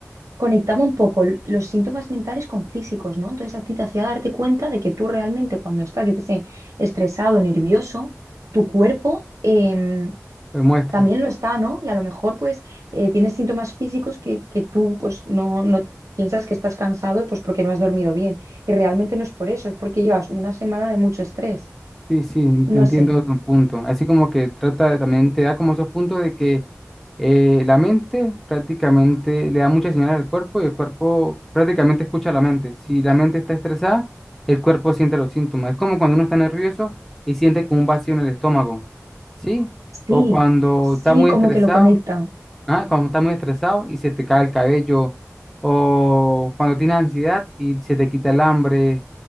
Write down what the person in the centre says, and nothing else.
Pues muestra.
Sí, sí, te
entiendo
tu punto. Así como que trata de- también, te da como esos puntos de que eh, la mente prácticamente le da muchas señales al cuerpo y el cuerpo prácticamente escucha a la mente. Si la mente está estresada, el cuerpo siente los síntomas. Es como cuando uno está nervioso y siente como un vacío en el estómago, ¿sí?
O cuando
está muy
estresado
Ah, cuando estás muy estresado y se te cae el cabello, o cuando tienes ansiedad y se te quita el hambre,